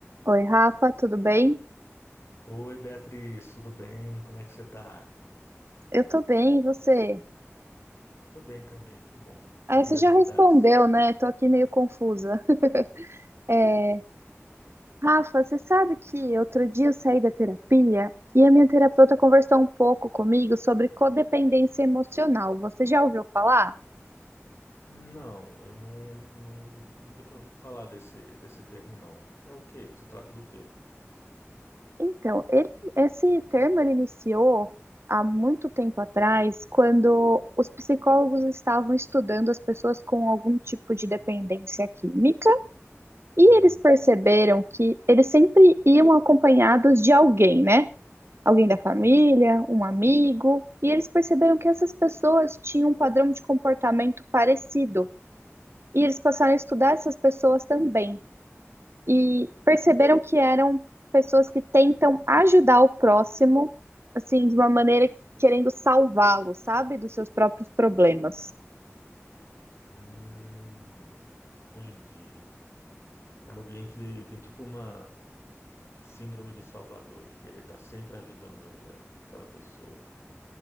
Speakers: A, on the right; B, on the left.
A: Oi, Rafa, tudo bem?
B: Oi, Beatriz, tudo bem? Como é que você tá?
A: Eu tô bem, e você?
B: Eu tô bem também, que bom.
A: Ah,
B: Me diga
A: você já
B: as novidades.
A: respondeu, né? Tô aqui meio confusa. É, Rafa, você sabe que outro dia eu saí da terapia e a minha terapeuta conversou um pouco comigo sobre codependência emocional. Você já ouviu falar?
B: Não, eu não, não- nunca tinha ouvido falar desse, desse termo, não. É o quê? Se trata do quê?
A: Então, ele- esse termo ele iniciou há muito tempo atrás, quando os psicólogos estavam estudando as pessoas com algum tipo de dependência química. E
B: Hum,
A: eles perceberam que eles sempre iam acompanhados de alguém, né? Alguém da família,
B: sim.
A: um amigo. E eles perceberam que essas pessoas tinham um padrão de comportamento parecido. E eles passaram a estudar essas pessoas também. E perceberam que eram pessoas que tentam ajudar o próximo, assim, de uma maneira querendo salvá-lo, sabe? Dos seus próprios problemas.
B: Hum, entendi. É alguém que tem tipo uma síndrome de Salvador, de querer estar sempre ajudando ali aquela pessoa.